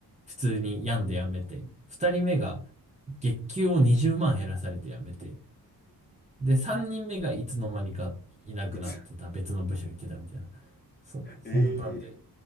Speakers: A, on the right; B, on the left.
A: 普通に病んで辞めて、2人目が月給を20万減らされて辞めて、で、3人目がいつの間にかいなくなってた、
B: いつ、<laughs>
A: 別の部署行ってたみたいな。そう、そんなんで、
B: えー、